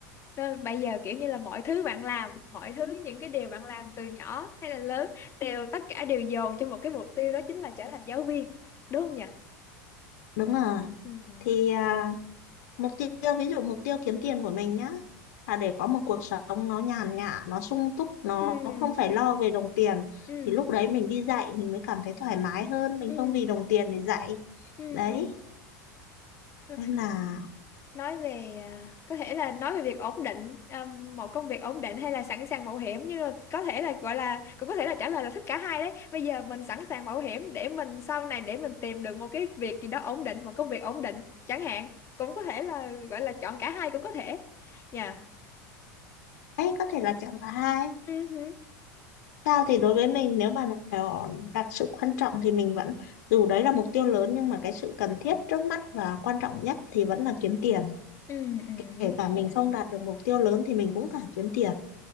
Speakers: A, on the left; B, on the left.
A: Đó, bây giờ kiểu như là mọi thứ bạn làm mọi thứ những cái điều bạn làm từ nhỏ hay là lớn đều tất cả đều dồn cho một cái mục tiêu đó chính là trở thành giáo viên đúng không nhỉ
B: đúng rồi
A: ừ
B: thì à, mục tiêu ví dụ mục tiêu kiếm tiền của mình nhá là để có một cuộc sống nó nhàn nhã nó sung túc nó
A: ừ
B: không phải lo về đồng tiền
A: ừ
B: thì lúc đấy mình đi dạy mình mới cảm thấy thoải mái hơn mình
A: ừ
B: không vì đồng tiền để dạy
A: ừ
B: đấy
A: ừ. ừ. Rồi,
B: nên là
A: nói về à, có thể là nói về việc ổn định à, một công việc ổn định hay là sẵn sàng mạo hiểm nhưng mà có thể là gọi là cũng có thể là trả lời là thích cả hai đấy bây giờ mình sẵn sàng mạo hiểm để mình sau này để mình tìm được một cái việc gì đó ổn định một công việc ổn định chẳng hạn cũng có thể là gọi là chọn cả hai cũng có thể dạ
B: đấy có thể là chọn thứ hai
A: Ừ, ừ,
B: sao thì đối với mình nếu mà nó đặt sự quan trọng thì mình vẫn dù đấy là mục tiêu lớn nhưng mà cái sự cần thiết trước mắt và quan trọng nhất thì vẫn là kiếm tiền
A: ừ, ừ,
B: kể
A: đúng.
B: cả mình không đạt được mục tiêu lớn thì mình cũng phải kiếm tiền